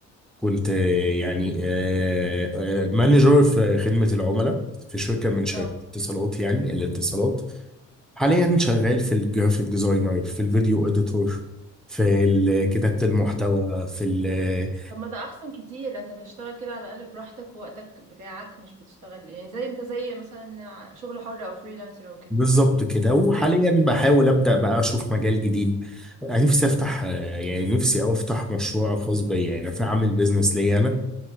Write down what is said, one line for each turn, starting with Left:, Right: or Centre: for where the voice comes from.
Centre: كنت آه، يعني آه، آه، مانجر في خدمة العملاء في شركة من شركات
Right: اه
Centre: اتصالات يعني الاتصالات حاليا شغال في الجرافيك ديزاينر في الفيديو اديتور في ال- كتابة المحتوى في ال-
Right: طب ما ده احسن كتير انت تشتغل كده على الاقل براحتك ووقتك بتاعك مش بتشتغل يعني زي انت زي مثلا شغل حر او فريلانسر او كده
Centre: بالظبط كده وحاليا
Right: صح
Centre: بحاول أبدأ بقى أشوف مجال جديد نفسي أفتح آه، يعني نفسي أو أفتح مشروع خاص بيا يعني أعمل بيزنس ليا أنا